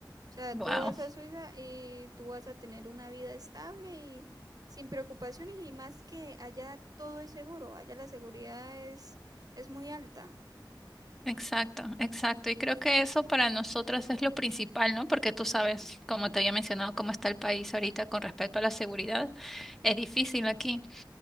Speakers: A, on the right (about 50°); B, in the centre.
A: sea,
B: wow.
A: tú vas a Suiza y tú vas a tener una vida estable y sin preocupaciones y más que allá todo es seguro, allá la seguridad es, es muy alta.
B: Exacto, exacto. Y creo que eso para nosotros es lo principal, ¿no? Porque tú sabes, como te había mencionado, cómo está el país ahorita con respecto a la seguridad. Es difícil aquí.